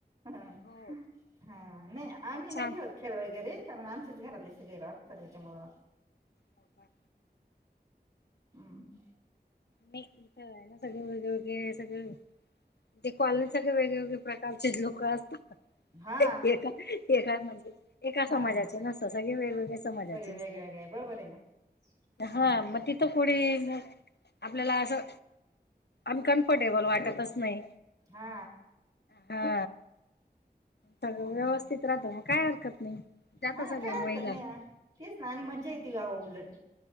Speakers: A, on the right; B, on the left.
A: हा
B: हो
A: नाही आम्ही
B: मग छान
A: नाही ठेऊत खेळ वगैरे कारण आमचेच घरातली सले रात त्याच्यामुळं
B: हो का
A: हम्म
B: नाही इथं आहे ना सगळे वेग वेगळे सगळे ण तेे क्ॉलनीसाठी वेगळे वगळे प्रकारचे लोक असतात
A: हा
B: एका एका म्हणजे एका
A: हा
B: समाजाचे
A: हा
B: नसत सगळे वेगवेगळे्या समाजाचे
A: सगळे
B: नसतात
A: वेगवेगळे बरोबर आहे ना हम्म
B: हा मग तिथं कोणी मग आपल्याला असं अनकम्फर्टेबल वाटतच नाही
A: हा
B: हा सगळं
A: हम्म
B: व्यवस्थित राहत काय हरकत नाही जाता
A: हा
B: सगळ्या
A: काय हरकत
B: महिला
A: नाही तेीच ना आणि मज्जा येते गावं उलट